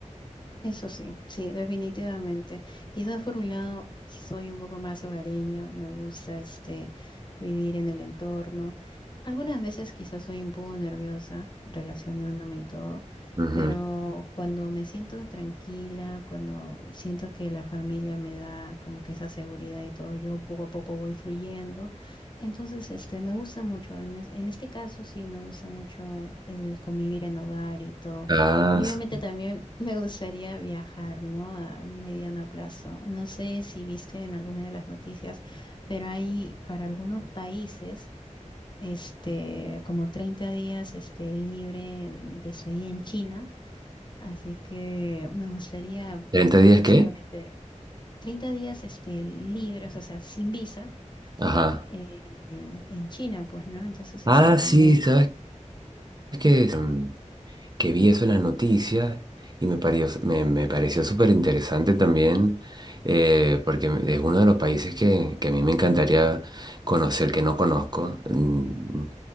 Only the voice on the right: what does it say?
Ujú.
¿Estás-
¿30 días
qué?
Ajá.
Ah,
sí,
¿sabes qué es? que vi eso en las noticias y me pareció, me, me pareció súper interesante también, eh, porque es uno de los países que, que a mí me encantaría conocer, que no conozco. Mm,